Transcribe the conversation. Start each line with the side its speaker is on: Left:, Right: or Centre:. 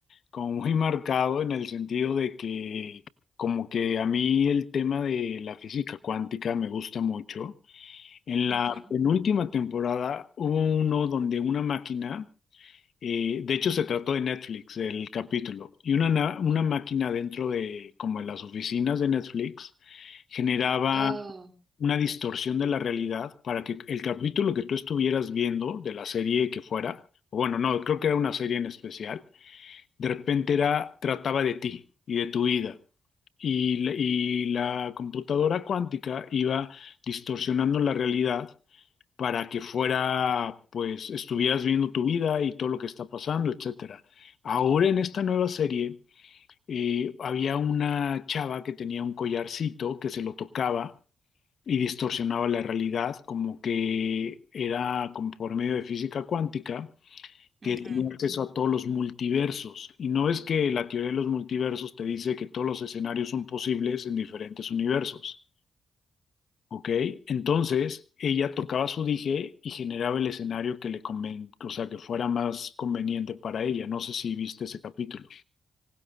Left: como muy marcado en el sentido de que como que a mí el tema de la física cuántica me gusta mucho. En
Right: Ujú.
Left: la penúltima temporada hubo uno donde una máquina, eh, de hecho se trató de Netflix, el capítulo, y una, na- una máquina dentro de como en las oficinas de Netflix generaba
Right: Oh.
Left: una distorsión de la realidad para que el capítulo que tú estuvieras viendo de la serie que fuera, o bueno, no, creo que era una serie en especial, de repente era, trataba de ti y de tu vida. Y, la- y la computadora cuántica iba distorsionando la realidad para que fuera, pues, estuvieras viendo tu vida y todo lo que está pasando, etcétera. Ahora en esta nueva serie eh, había una chava que tenía un collarcito que se lo tocaba y distorsionaba la realidad, como que era como por medio de física cuántica que
Right: Ujú.
Left: tenía acceso a todos los multiversos. Y no es que la teoría de los multiversos te dice que todos los escenarios son posibles en diferentes universos, ¿ok? Entonces, ella tocaba su dije y generaba el escenario que le conven- o sea, que fuera más conveniente para ella. No sé si viste ese capítulo.